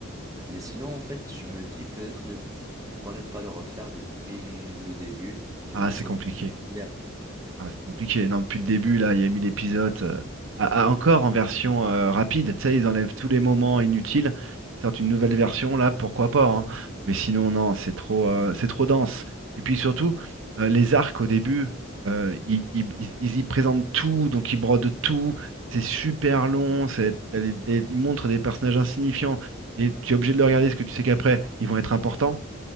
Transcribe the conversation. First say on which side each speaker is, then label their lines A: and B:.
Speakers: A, on the right; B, on the right.
A: Mais sinon, en fait, je me dis peut-être ne... pourquoi ne pas le refaire depuis le début et
B: Ah,
A: de sauter
B: c'est compliqué.
A: tous les fillers.
B: Ah, c'est compliqué. Non, depuis le début, là, il y a 1000 épisodes. euh, à- à- encore en version euh, rapide, tu sais, ils enlèvent tous les moments inutiles. Ils sortent une nouvelle version, là, pourquoi pas, hein. Mais sinon, non, c'est trop, euh, c'est trop dense. Et puis surtout, euh, les arcs au début, euh, ils, ils- ils- ils y présentent tout, donc ils brodent tout. C'est super long. C'est, t'as des- des- ils montrent des personnages insignifiants. Et tu es obligé de le regarder parce que tu sais qu'après, ils vont être importants.